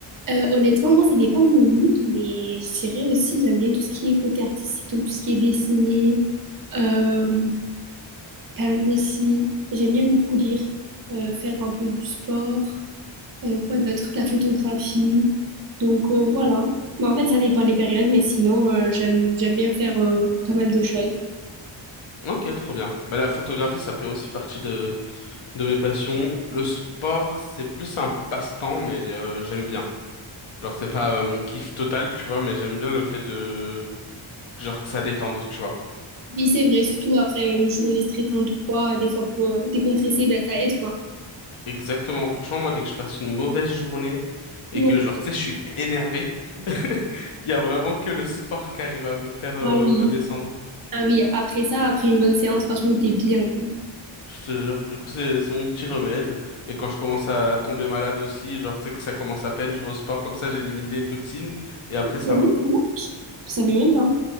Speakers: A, on the right; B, on the left.
A: Euh, honnêtement, moi, ça dépend de mon mood, mais je dirais aussi, j'aime bien tout ce qui est côté artistique, donc tout ce qui est dessiné. Euh, peindre aussi. J'aime bien beaucoup lire, euh, faire un peu du sport, euh, quoi d'autre, la photographie. Donc euh, voilà. Mais en fait, ça dépend des périodes, mais sinon, euh, j'aime j'aime bien faire euh, pas mal de choses.
B: Ok, trop bien. Bah, la photographie, ça fait aussi partie de, de mes passions. Le sport, c'est plus un passe-temps, mais euh, j'aime bien. Genre, c'est pas euh, mon kiff total, tu vois, mais j'aime bien le fait de... Genre, que ça détende, tu vois.
A: Oui, c'est vrai, surtout après une journée stressante ou quoi, des fois pour euh, décompresser, ben, ça aide quoi.
B: Exactement. Franchement, moi, dès que je passe une mauvaise journée et
A: Ouais.
B: que, genre, tu sais, je suis énervé, <laughs> il y a vraiment que le sport qui arrive à me faire euh,
A: Ah oui,
B: redescendre.
A: ah oui, après ça, après une bonne séance, franchement, t'es bien quoi.
B: Je te jure. Du coup, c'est c'est mon petit remède. Et quand je commence à tomber malade aussi, genre, tu sais que ça commence à peine, je vais au sport, comme ça, j'élimine les toxines et après, ça
A: Ouais,
B: va.
A: ça va. Je savais même pas.